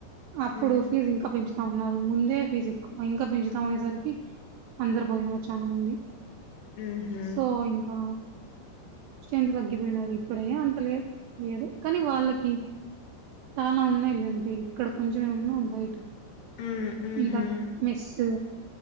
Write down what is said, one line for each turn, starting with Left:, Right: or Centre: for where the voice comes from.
Right: అప్పుడు
Left: మ్మ్
Right: ఫీజు ఇంకా పెంచు త ఉన్నారు ముందే ఫీజు ఎక్కువ ఇంకా పెంచుతాం అనేసరికి అందరు పోయినారు చాల ముంది
Left: మ్హు
Right: సో ఇంకా స్ట్రెంత్ తగ్గిపోయినారు ఇప్పుడయ్యా అంత లేదు లేదు కానీ వాళ్ళకి చాలా ఉన్నాయిలేండి ఇక్కడ కొంచెమే ఉన్నావు బయట
Left: మ్మ్
Right: ఇంకా
Left: మ్హు
Right: మెస్సు